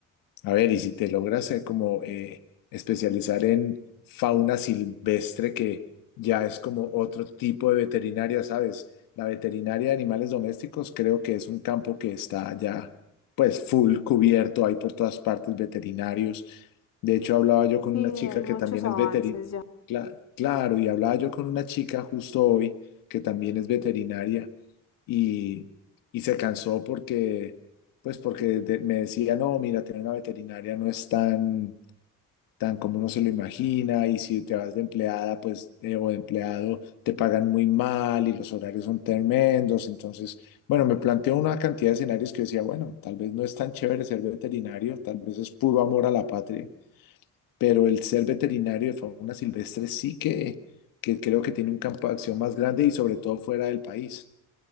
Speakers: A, on the left; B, on the left.
A: A ver, y si te logras eh, como eh, especializar en fauna silvestre, que ya es como otro tipo de veterinaria, ¿sabes? La veterinaria de animales domésticos creo que es un campo que está ya pues full cubierto, hay por todas partes veterinarios. De hecho, hablaba yo con
B: Sí,
A: una
B: hay
A: chica
B: muchos
A: que también
B: avances
A: es veterinaria,
B: ya.
A: claro, y hablaba yo con una chica justo hoy que también es veterinaria y, y se cansó porque pues porque de- me decía, no, mira, tener una veterinaria no es tan, tan como uno se lo imagina y si te vas de empleada, pues, eh, o de empleado, te pagan muy mal y los horarios son tremendos. Entonces, bueno, me planteó una cantidad de escenarios que yo decía, bueno, tal vez no es tan chévere ser veterinario, tal vez es puro amor a la patria, pero el ser veterinario de fauna silvestre sí que, que creo que tiene un campo de acción más grande y sobre todo fuera del país.